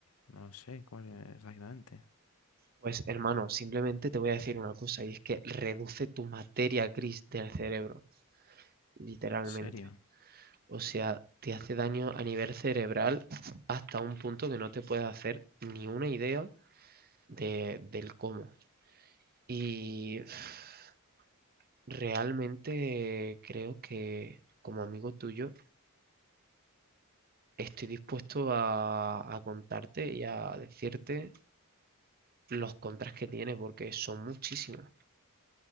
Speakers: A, on the left (about 75°); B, on the right (about 45°).
A: no sé cuál exactamente.
B: Pues hermano, simplemente te voy a decir una cosa y es que reduce tu materia gris del cerebro, literalmente.
A: En serio.
B: O sea, te hace daño a nivel cerebral hasta un punto que no te puedes hacer ni una idea de, del cómo. Y <sighs> Realmente creo que como amigo tuyo estoy dispuesto a, a contarte y a decirte los contras que tiene porque son muchísimos.